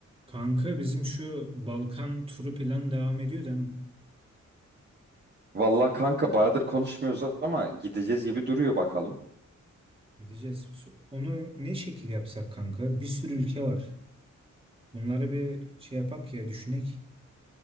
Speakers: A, on the right; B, on the right.
A: Kanka bizim şu Balkan turu plan devam ediyor değil mi?
B: Vallahi kanka bayağıdır konuşmuyoruz ama gideceğiz gibi duruyor bakalım.
A: Gideceğiz biz. Onu ne şekil yapsak kanka? Bir sürü ülke var. Bunları bir şey yapak ya düşünek.